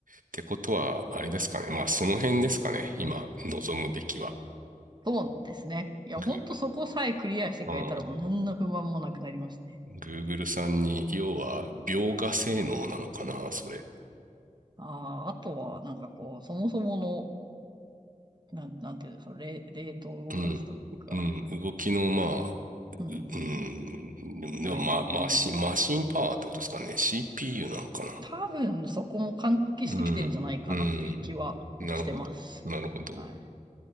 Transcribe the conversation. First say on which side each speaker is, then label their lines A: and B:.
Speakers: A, on the right; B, on the right.
A: ってことは、あれですかね。まあその辺ですかね。今、望むべきは。
B: そうですね。いや、
A: グ
B: ほんとそこさえクリアしてくれたらもう何の不満もなくなりますね。
A: ー。Google さんに、要は、描画性能なのかな、それ。
B: ああ、あとは、なんかこう、そもそもの、なん、なんていうんですか、レ、レートを動かすというか、
A: うん。うん。動きの、まあ、
B: うんうんうん、
A: うん。でも、
B: 内臓の、
A: でもま、マシン、マシンパワーってことですかね。CPU なのか
B: 多分そこも関係してきてんじゃないかなっていう気はしてます。
A: な。うん。うん。なるほど。なるほど。
B: はい。